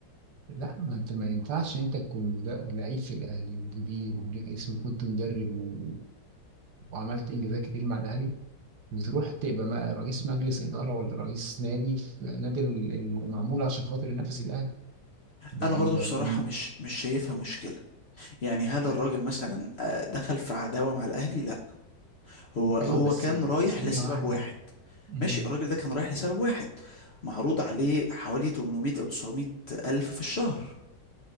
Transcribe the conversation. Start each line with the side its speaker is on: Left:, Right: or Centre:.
Right: لا ما انت ما ينفعش انت تكون مد- لعيب في الاهلي وكبير وليك اسم وكنت مدرب و... وعملت انجازات كتير مع الاهلي وتروح تبقى ما- رئيس مجلس اداره ولا رئيس نادي في نادي ال- المعمول عشان خاطر ينافس الاهلي ده
Left: انا
Right: يعني
Left: برضو
Right: ده
Left: بصراحه
Right: ال-
Left: مش مش شايفها مشكله يعني هل
Right: ال-
Left: الراجل مثلا آه، دخل في عداوه مع الاهلي لا هو هو
Right: ايوه بس
Left: كان رايح
Right: ثانيه
Left: لسبب
Right: واحده
Left: واحد
Right: مم.
Left: ماشي الراجل ده كان رايح لسبب واحد معروض عليه حوالي 800 او 900 الف في الشهر